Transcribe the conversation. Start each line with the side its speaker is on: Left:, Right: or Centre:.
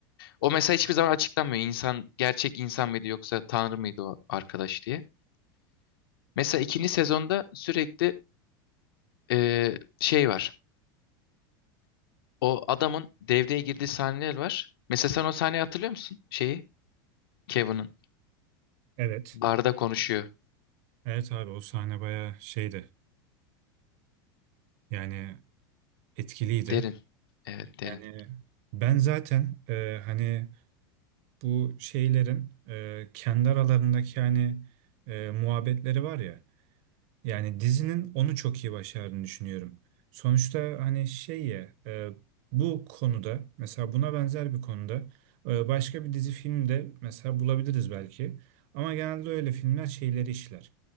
Left: O mesela hiçbir zaman açıklanmıyor. İnsan gerçek insan mıydı yoksa Tanrı mıydı o arkadaş diye. Mesela ikinci sezonda sürekli e, şey var. O adamın devreye girdiği sahneler var. Mesela sen o sahneyi hatırlıyor musun? Şeyi Kevin'ın
Right: Evet.
Left: barda konuşuyor.
Right: Evet abi o sahne bayağı şeydi. Yani etkiliydi.
Left: Derin. Evet derin.
Right: Yani ben zaten e, hani bu şeylerin e, kendi aralarındaki hani e, muhabbetleri var ya. Yani dizinin onu çok iyi başardığını düşünüyorum. Sonuçta hani şey ya e, bu konuda mesela buna benzer bir konuda e, başka bir dizi filmde mesela bulabiliriz belki. Ama genelde öyle filmler şeyleri işler.